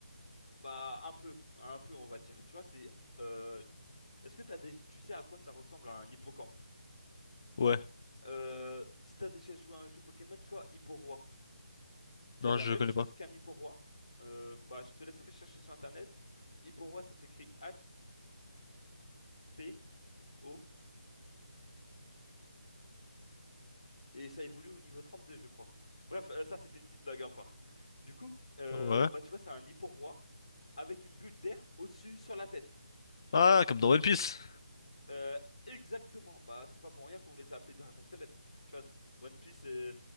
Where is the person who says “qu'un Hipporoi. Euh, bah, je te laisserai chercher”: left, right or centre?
Left